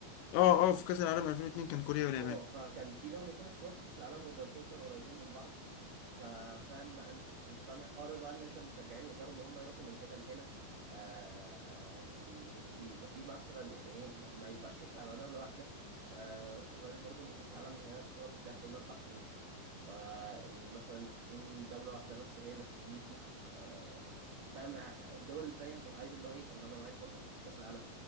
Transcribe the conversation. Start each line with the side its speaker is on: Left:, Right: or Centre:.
Left: اه اه في كاس العالم 2002 كان كوريا واليابان
Right: اه فكان في دولتين استضافوا كاس العالم والدولتين كانوا قريبين من بعض ف- فاهم بقى إن- انت فاهم الحوار ده بقى ان انت المشجعين يقدروا ان هم يروحوا من هنا لهنا آه ويبقى في مثلا يعني ايه ما ما يبقاش حكر على دوله واحده آه غير برضو ان كاس العالم هي بطوله بتتلعب كل اربع سنين فان مثلا تكون دوله واحده بس هي اللي بتستضيفه آه فاهم الدول التانيه هتبقى عايزه اللي هو ايه طب ما انا عايز برضو كاس العالم